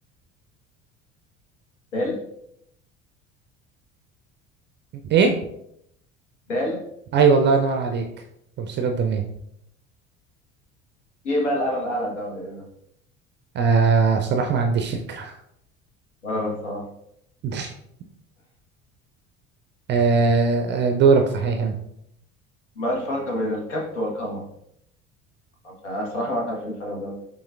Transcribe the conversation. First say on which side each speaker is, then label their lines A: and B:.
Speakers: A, on the left; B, on the right.
A: دال
B: ايه
A: دال
B: ايوه الله ينور عليك تمثيل الضمير
A: إيه بقى الأنا الأعلى ده ولا إيه ده؟
B: آه صراحة ما عنديش فكرة
A: ولا أنا الصراحة
B: <laughs> آه آه، دورك صحيح
A: ما الفرق بين الكبت والقمع؟ عشان أنا صراحة ما عارف إيه الفرق بينهم